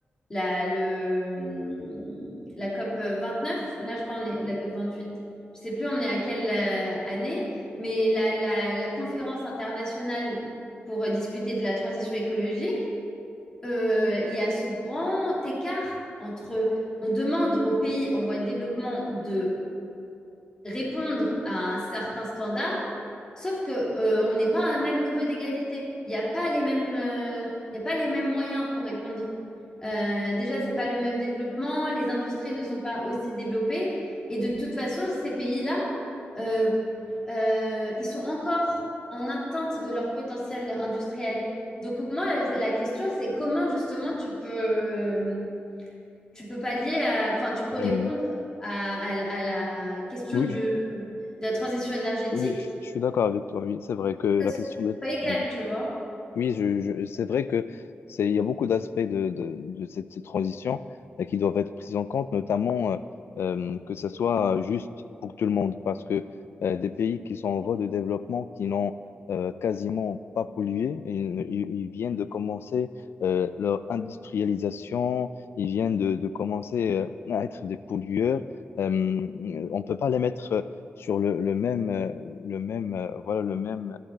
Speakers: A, on the left (about 20°); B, on the left (about 85°).
A: la, le, la COP vingt-neuf là, je crois, on est la COP vingt-huit Je sais plus on est à quelle euh, année, mais la, la, la conférence internationale pour discuter de la transition écologique, euh, il y a ce grand écart entre, on demande aux pays en voie de développement de répondre à un certain standard, sauf que euh, on n'est pas à un même niveau d'égalité. Il n'y a pas les mêmes, euh, il y a pas les mêmes moyens pour répondre. Euh, déjà, c'est pas le même développement, les industries ne sont pas aussi développées, et de toute façon, ces pays-là, euh, euh, ils sont encore en atteinte de leur potentiel industriel. Donc moi, la question, c'est comment justement tu peux euh, tu peux pallier à, enfin, tu peux
B: Hmm.
A: répondre à, à- à la question
B: Oui,
A: du, de la transition énergétique,
B: Oui, je, je suis d'accord avec toi. Oui, c'est vrai que la
A: ça se-
B: question de,
A: pas égal,
B: oui,
A: tu vois.
B: oui, je, je- c'est vrai que c'est, il y a beaucoup d'aspects de, de, de cette transition euh, qui doivent être pris en compte, notamment euh, euh, que ça soit juste pour tout le monde, parce que euh, des pays qui sont en voie de développement, qui n'ont euh, quasiment pas pollué, ils, ils- ils viennent de commencer euh, leur industrialisation, ils viennent de, de commencer euh, à être des pollueurs. Euh, on ne peut pas les mettre euh, sur le, le même, euh, le même, euh, voilà, le même